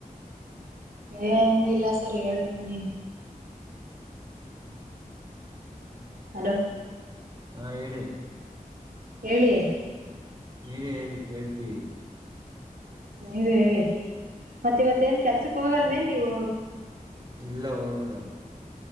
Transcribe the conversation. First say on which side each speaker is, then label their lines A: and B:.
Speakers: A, on the right; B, on the right.
A: ಏನೂ ಇಲ್ಲ ಸರ್ ಹೇಳ್ಬೇಕು ನೀನು ಹಲೋ
B: ಹಾ ಹೇಳಿ
A: ಹೇಳಿ
B: ನೀವೆ ಹೇಳಿ ಕೇಳ್ತೀವೀ
A: ನೀವೆ ಹೇಳಿ ಮತ್ತ ಇವತ್ತೇಏನ್ ಕೆಲ್ಸಕ್ ಹೋಗಲ್ವೇನ್ ನೀವು
B: ಇಲ್ಲ ಹೋಗಲ್ಲ